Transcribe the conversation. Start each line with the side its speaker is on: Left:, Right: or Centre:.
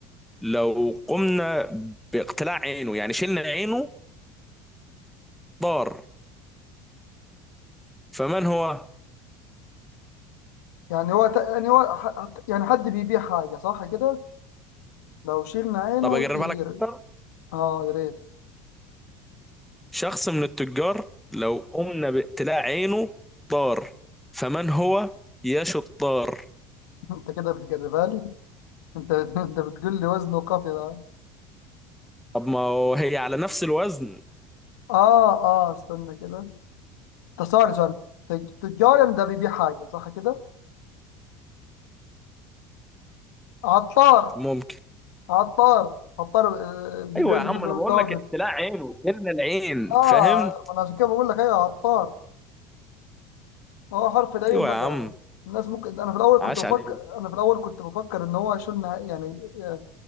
Centre: لو قمنا باقتلاع عينه يعني شلنا عينه ضار فمن هو؟
Left: يعني هو ت... يعني هو ح... حت- يعني حد بيبيع حاجة صح كده لو شيلنا عينه
Centre: طب
Left: ويطير
Centre: اقربها لك اكتر
Left: اه يا ريت
Centre: شخص من التجار لو قمنا باقتلاع عينه ضار فمن هو؟ يا شطار
Left: <laughs> انت كده بتجربها لي انت <laughs> بت... انت بتقول لي وزنه وقافي ده
Centre: طب ما هو هي على نفس الوزن
Left: اه اه استنى كده ده ثواني ثواني تج- تجار ده بيبيع حاجة صح كده عطار
Centre: ممكن
Left: عطار عطار آه، بيبيع
Centre: ايوه
Left: التوابل
Centre: يا عم انا بقول لك اقتلاع عينه شلنا العين
Left: اه
Centre: فاهم؟
Left: ما انا عشان كده بقول لك ايوه عطار هو حرف العين
Centre: ايوه
Left: بقى
Centre: يا عم
Left: الناس ممكن انا في الاول
Centre: عاش
Left: كنت بفكر
Centre: عليك
Left: انا في الاول كنت بفكر ان هو شلنا يعني يعني